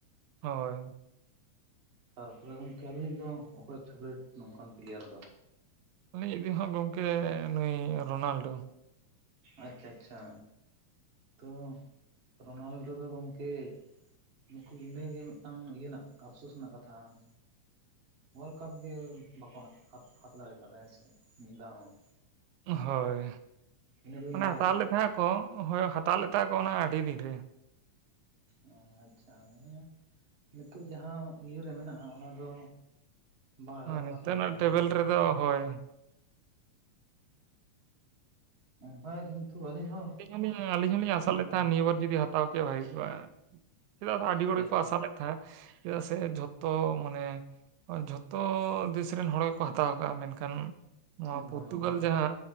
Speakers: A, on the right; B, on the right.
A: ᱦᱳᱭ᱾
B: ᱛᱟᱨᱯᱚᱨᱮ ᱜᱚᱝᱠᱮ ᱟᱵᱤᱱᱤᱡ ᱫᱚ ᱚᱠᱚᱭ ᱯᱷᱮᱵᱟᱨᱮᱴ ᱱᱚᱝᱠᱟᱱ ᱯᱞᱮᱭᱟᱨ ᱫᱚ?
A: ᱟᱹᱞᱤᱧ ᱤᱫᱤ ᱦᱚᱸ ᱜᱚᱢᱠᱮ ᱱᱩᱭ ᱨᱳᱱᱟᱞᱰᱳ᱾
B: ᱟᱪᱪᱷᱟ ᱟᱪᱪᱷᱟ ᱛᱚ ᱨᱳᱱᱟᱞᱰᱳ ᱫᱚ ᱜᱚᱝᱠᱮ᱾ ᱱᱩᱠᱩ ᱤᱱᱟᱹᱜᱮ ᱢᱤᱫᱴᱟᱝ ᱤᱭᱟᱹ ᱨᱮᱱᱟᱜ ᱟᱯᱥᱳᱥ ᱨᱮᱱᱟᱜ ᱠᱟᱛᱷᱟ ᱾ ᱳᱭᱟᱨᱞᱰ ᱠᱟᱯ ᱜᱮ ᱵᱟᱠᱚ ᱦᱟᱛ-ᱦᱟᱛ ᱦᱟᱛᱟᱣ ᱫᱟᱲᱮᱣ ᱠᱟᱣᱫᱟ ᱦᱮᱸ ᱥᱮ ᱢᱤᱫ ᱫᱷᱟᱣ ᱦᱚᱸ᱾
A: ᱦᱳᱭ
B: ᱤᱱᱟᱹ ᱫᱚᱵᱤᱱ
A: ᱢᱚᱱᱮ
B: ᱵᱟᱲᱟᱭ
A: ᱦᱟᱛᱟᱣ
B: ᱜᱮᱭᱟ
A: ᱞᱮᱫ
B: ᱛᱚ
A: ᱛᱟᱦᱮᱸ ᱟᱠᱚ, ᱦᱳᱭ ᱦᱟᱛᱟᱣ ᱞᱮᱫ ᱛᱟᱦᱮᱸ ᱟᱠᱚ ᱚᱱᱟ ᱟᱹᱰᱤ ᱫᱤᱱ ᱨᱮ᱾
B: ᱚ ᱟᱪᱪᱷᱟ ᱢᱟᱱᱮ ᱱᱤᱛᱚᱜ ᱡᱟᱦᱟᱸ ᱤᱭᱟᱹᱨᱮ ᱢᱮᱱᱟᱜᱼᱟ ᱚᱱᱟ ᱫᱚ ᱵᱟᱝ ᱨᱟᱜᱟᱜ
A: ᱦᱳᱭ
B: ᱠᱟᱱᱟ
A: ᱱᱤᱛᱚᱜ
B: ᱛᱚ
A: ᱨᱮᱱᱟᱜ
B: ᱡᱟᱦᱟᱸ
A: ᱴᱮᱵᱮᱞ
B: ᱢᱟᱱᱮ
A: ᱨᱮᱫᱚ ᱦᱳᱭ
B: ᱦᱮᱸ ᱵᱟᱭ ᱠᱤᱱᱛᱩ ᱟᱹᱞᱤᱧ ᱦᱚᱸ
A: ᱟᱹᱞᱤᱧ ᱦᱚᱸᱞᱤᱧ ᱟᱹᱞᱤᱧ ᱦᱚᱞᱤᱧ ᱟᱥᱟ ᱞᱮᱫ ᱛᱟᱦᱮᱸᱱᱟ ᱱᱤᱭᱟᱹᱵᱟᱨ ᱡᱩᱫᱤ ᱦᱟᱛᱟᱣ ᱠᱮᱭᱟ ᱵᱷᱜᱤ ᱠᱚᱜᱼᱟ᱾ ᱪᱮᱫᱟᱜ ᱥᱮ ᱟᱹᱰᱤ ᱦᱚᱲ
B: ᱟᱪᱪᱷᱟ
A: ᱜᱮᱠᱚ
B: ᱟᱪᱪᱷᱟ
A: ᱟᱥᱟ ᱞᱮᱫ ᱛᱟᱦᱮᱸᱫ ᱪᱮᱫᱟᱜ ᱥᱮ ᱡᱷᱚᱛᱚ ᱢᱟᱱᱮ ᱟᱨ ᱡᱷᱚᱛᱚ ᱫᱮᱥ ᱨᱮᱱ ᱦᱚᱲ ᱜᱮᱠᱚ ᱦᱟᱛᱟᱣ ᱟᱠᱟᱜᱼᱟ ᱢᱮᱱᱠᱷᱟᱱ ᱱᱚᱣᱟ
B: ᱮᱠᱫᱚᱢ
A: ᱯᱚᱨᱛᱩᱜᱟᱞ
B: ᱮᱠᱫᱚᱢ
A: ᱡᱟᱦᱟᱸ